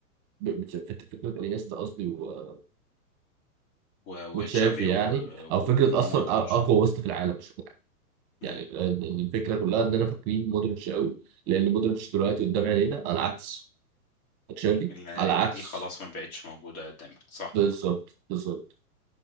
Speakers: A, on the right; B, on the left.
A: ب- بت- في فكره انيستا قصدي و-
B: و-
A: وتشافي
B: وتشافي
A: يعني
B: و-
A: او
B: و-
A: فكره
B: ومودريتش
A: اصلا أ- اقوى وسط في العالم بشكل عام
B: امم
A: يعني ال- ال- الفكره كلها ان انا فاكرين مودريتش قوي لان مودريتش دلوقتي قدام عينينا على عكس تشافي
B: اللعيبه
A: على عكس
B: دي خلاص ما بقتش موجوده قدامك صح
A: بالظبط بالظبط